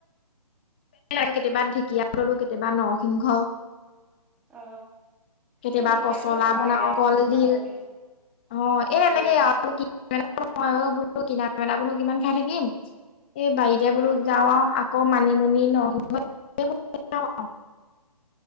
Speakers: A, on the left; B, in the centre.
A: আৰু কেতিয়াবা ঢেকীয়া ললোঁ, কেতিয়াবা নৰসিংহ
B: অ
A: কেতিয়াবা
B: এই ঢেকীয়াটোও
A: পচলা
B: খাব
A: বনাও
B: লাগে
A: কলডিল।
B: খুব খাব লাগে
A: অ', এই তেনেকেই
B: উম
A: আৰু ময়ো বোলো কিনা <inaudible> বোৰ ন' কিমান খাই থাকিম। এই বাৰীতে
B: উম
A: বোলো
B: উম
A: যাওঁ আৰ, আকৌ মান মানিমুনি ন <unintelligible>